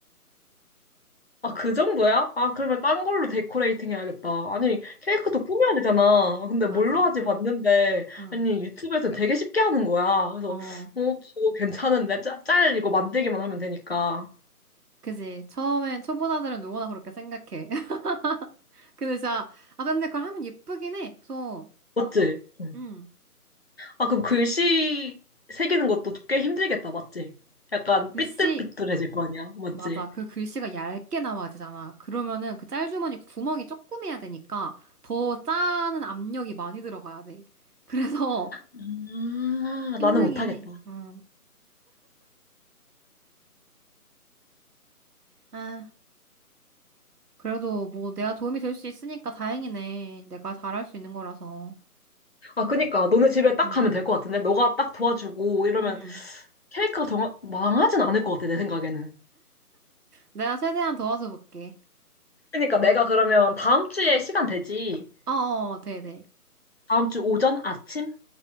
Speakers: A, on the left (about 40°); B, on the right (about 80°).
A: 아, 그 정도야? 아, 그러면 딴 걸로 데코레이팅 해야겠다. 아니, 케이크도 꾸며야 되잖아. 근데 뭘로
B: 맞아.
A: 하지 봤는데,
B: 응.
A: 아니, 유튜브에서 되게 쉽게 하는 거야. 그래서,
B: 어.
A: 어, 저거 괜찮은데? 짤, 짤 이거 만들기만 하면 되니까.
B: 그지. 처음엔 초보자들은 누구나 그렇게 생각해. <laughs> 근데 진짜, 아, 근데 그걸 하면 예쁘긴 해. 그래서,
A: 맞지? 응.
B: 음,
A: 아, 그럼 글씨 새기는 것도 꽤 힘들겠다, 맞지? 약간
B: 글씨,
A: 삐뚤삐뚤해질 거 아니야, 맞지?
B: 맞아. 그 글씨가 얇게 나와야 되잖아. 그러면은 그 짤주머니 구멍이 조금 해야 되니까 더 짜는 압력이 많이 들어가야 돼. 그래서
A: 아,
B: <laughs> 힘들긴
A: 나는 못하겠다.
B: 해. 음. 아, 그래도 뭐 내가 도움이 될 수 있으니까 다행이네. 내가 잘할 수 있는 거라서.
A: 아, 그니까, 너네 집에 딱
B: 응.
A: 가면 될 것 같은데? 너가 딱 도와주고 이러면
B: 응.
A: 케이크가 정- 망하진 않을 것 같아, 내 생각에는.
B: 내가 최대한 도와줘 볼게.
A: 그러니까 내가 그러면 다음 주에 시간 되지?
B: 어어, 네네.
A: 다음 주 오전 아침?